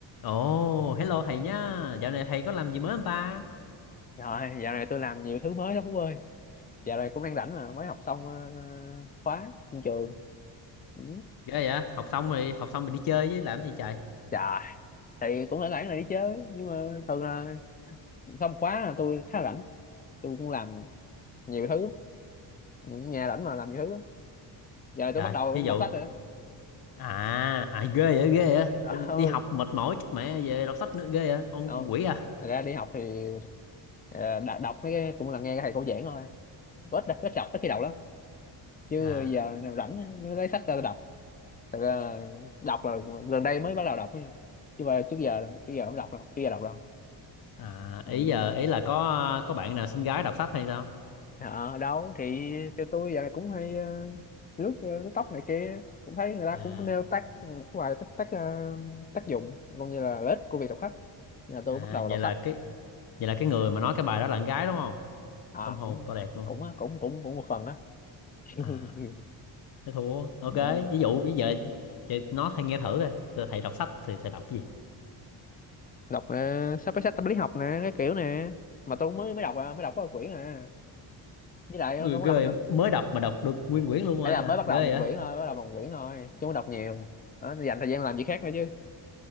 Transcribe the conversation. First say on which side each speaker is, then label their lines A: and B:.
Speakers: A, on the left; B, on the left.
A: Ồ, hello thầy nhá. Dạo này thầy có làm gì mới không ta?
B: Rồi, dạo này tôi làm nhiều thứ mới đó Phúc ơi. Dạo này cũng đang rảnh mà, mới học xong ờ, khóa trên trường. Ừ,
A: Ghê vậy? Học xong rồi, học xong rồi đi chơi với làm gì trời?
B: Chà, thì cũng phải rảnh là đi chứ nhưng mà thường là xong khóa là tôi khá rảnh. Tôi cũng làm nhiều thứ, Ừ, nhà rảnh mà làm nhiều thứ. lắm. Giờ
A: Trời,
B: tôi bắt đầu
A: ví dụ.
B: đọc sách rồi. đó.
A: À, à ghê vậy, ghê vậy.
B: À, <laughs>
A: Đi
B: ừ,
A: học mệt mỏi chết mẹ về đọc sách nữa ghê vậy. Ông
B: không.
A: quỷ à?
B: Thật ra đi học thì ờ, đọc mấy cái cũng là nghe thầy cô giảng thôi. Ít ít đọc ít khi đầu lắm. chứ
A: À,
B: giờ nào rảnh mới lấy sách ra đọc thật ra đọc là gần đây mới bắt đầu đọc ấy nha. chứ mà trước giờ trước giờ không đọc đâu trước giờ đọc đâu
A: à
B: ừ.
A: ý giờ ý là có có bạn nào xinh gái đọc sách hay sao?
B: Ờ, đâu thì cho tôi giờ này cũng hay ờ, lướt ờ, lướt tóc này kia cũng thấy người ta
A: À,
B: cũng nêu tác một vài tác tác, ờ, tác dụng cũng như là lợi ích của việc đọc sách Nên là tôi
A: à
B: bắt đầu đọc
A: vậy
B: sách
A: là cái vậy là cái người mà nói cái bài đó là con gái đúng không?
B: à
A: Tâm hồn
B: cũng
A: to đẹp luôn.
B: cũng á, cũng cũng cũng một phần đó <laughs>
A: À, thế thua. Ok,
B: Ừ.
A: ví dụ bây giờ chị nói thầy nghe thử coi. Thầy đọc sách thì thầy đọc cái gì?
B: đọc uh, sắp cái sách tâm lý học nè cái kiểu nè mà tôi mới mới đọc à, mới đọc có một quyển à với lại
A: Ui,
B: tôi
A: ghê vậy.
B: cũng đọc
A: mới đọc mà đọc được nguyên quyển luôn
B: ấy
A: rồi
B: là
A: à
B: mới bắt
A: ghê
B: đầu
A: vậy
B: một
A: à
B: quyển thôi bắt đầu bằng quyển thôi chứ không đọc nhiều đó, dành thời gian làm việc khác nữa chứ